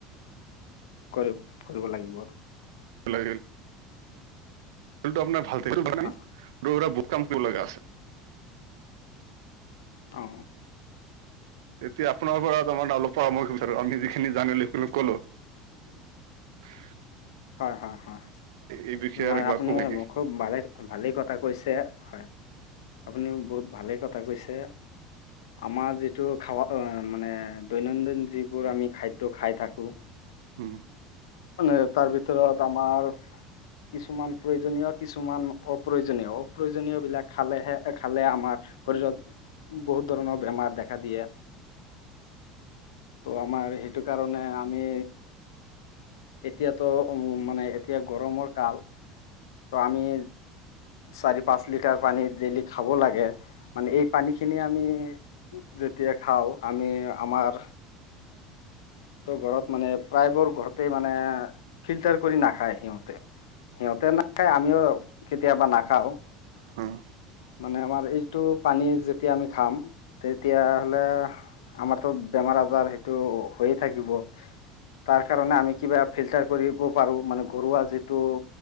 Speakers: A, on the left; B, on the right.
A: কৰিব কৰিব লাগিব
B: টো আপোনাৰ ভাল
A: হয়
B: নাই কম ক লাগাছে
A: অ
B: তেতিয়া আপোনাৰ পৰা তাৰমাৰ অলপ পৰামৰ্শ বিচাৰো আমি যিখিনি জানিলোখিনি কলো
A: উ
B: <unintelligible>
A: হয় হয় হয়
B: এই বিষয়ে
A: নয়
B: আৰু কিবা
A: আপুনি
B: কব নেকি
A: খুব ভালে ভালেই কথা কৈছে হয় আপুনি বহুত ভালে কথা কৈছে আমাৰ যিটো খাবা মানে দৈনন্দিন যিবোৰ আমি খাদ্য খাই থাকো।
B: উম
A: মানে তাৰ ভিতৰত আমাৰ কিছুমান প্ৰয়োজনীয় কিছুমান অপ্ৰয়োজনীয়। অপ্ৰয়োজনীয় বিলাক খালেহে খালে আমাৰ শৰীৰত বহুত ধৰণৰ বেমাৰ দেখা দিয়ে।
B: <inaudible>
A: ত' আমাৰ সেইটো কাৰণে আমি এতিয়াতো উ মানে এতিয়া গৰমৰ কাল ত আমি চাৰি পাঁচ লিটাৰ পানী ডেইলি খাব লাগে। মানে এই পানী খিনি আমি যেতিয়া খাওঁ আমি আমাৰ ত' ঘৰত মানে প্ৰায়বোৰ ঘৰতে মানে ফিল্টাৰ কৰি নাখায় সিহঁতে সিহঁতে নাখায় আমিও কেতিয়াবা নাখাওঁ।
B: হম
A: মানে আমাৰ এইটো পানী যেতিয়া আমি খাম তেতিয়াহলে আমাৰতো বেমাৰ আজাৰ সেইটো হৈয়ে থাকিব তাৰ কাৰণে আমি কিবা ফিল্টাৰ কৰিব পাৰো মানে ঘৰুৱা যিটো